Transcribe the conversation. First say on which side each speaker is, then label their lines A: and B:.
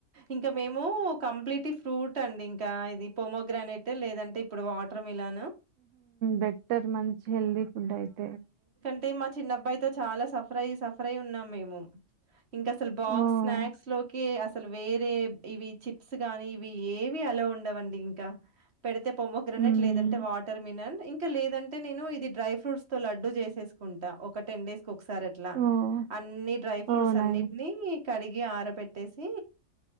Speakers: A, on the right; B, on the right.
A: ఇంకా మేము కంప్లీట్ ఫ్రూట్ అండి ఇంకా ఇది ఇ పో మొ గ్రానైట్ లేదంటే ఇప్పుడు వాటర్ మిలా
B: బెట్టర్ మంచి హెల్దీ ఫుడ్ అయితే
A: అయితే మా చిన్న అబ్బాయితో చాలా సఫర్ సఫర్ అయి ఉన్నాం మేము ఇంకా అసలు బాక్స్
B: ఓహ్!
A: స్నాక్స్ లోకి అ అసలు వేరే ఇవి చిప్స్ కాగానీ ఇవి ఏవి అలో ఉండవండి ఇంకా పెడితే పోమోగ్రనేట్
B: హ్మ్
A: లేదంటే వాటర్ మినండ్ ఇంకా లేదంటే అ నేను ఇదిడై ఫ్రూట్స్ తో డ్డు చేసేసుకుంటా ఒక టెన్ డేస్ ఒకసారి అట్లా
B: ఓహ్!
A: అన్ని డ్రై ఫ్రూట్స్
B: ఓహ్!
A: అన్నిటిని
B: నైస్
A: కడిగి ఆర పెట్టేసి